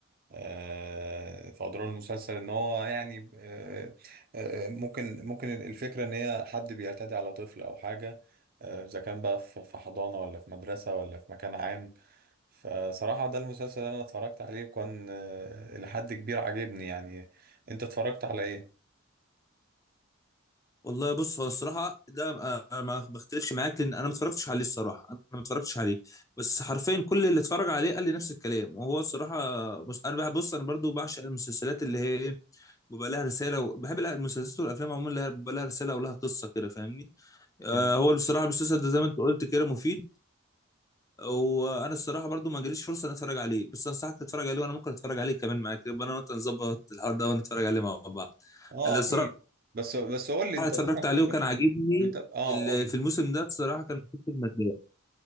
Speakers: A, on the right; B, on the left.
A: آه في أدوار المسلسل إن هو يعني آه آه آه، ممكن ممكن الفكرة إن هي حد بيعتدي على طفل أو حاجة آه، إذا كان بقى في في حضانة ولا في مدرسة ولا في مكان عام فصراحة ده المسلسل اللي أنا اتفرجت عليه كان آه، إلى حد كبير عاجبني يعني أنت اتفرجت على إيه؟
B: والله بص هو الصراحه ده آه، انا ما بختلفش معاك لان انا ما اتفرجتش عليه الصراحه انا ما اتفرجتش عليه بس حرفيا كل اللي اتفرج عليه قال لي نفس الكلام وهو الصراحه بص انا بقى- بص انا برضو بعشق المسلسلات اللي هي ايه، بيبقى لها رساله وبحب لا- المسلسلات والافلام عموما لها- بيبقى لها رساله ولها قصه كده فاهمني آه
A: مم.
B: هو بصراحه المسلسل ده زي ما انت قلت كده مفيد وانا الصراحه برضو ما جاليش فرصه ان اتفرج عليه بس انصحك تتفرج عليه وانا ممكن اتفرج عليه كمان معاك يبقى انا وانت نظبط الحوار ده ونتفرج عليه مع بعض
A: آه
B: انا الصراحه
A: أكيد بس بس قول لي أنت
B: اتفرجت
A: مثلا
B: عليه
A: كنت
B: وكان عاجبني
A: مت- آه
B: ال-
A: قول لي
B: في الموسم ده الصراحه كان مسلسل المداح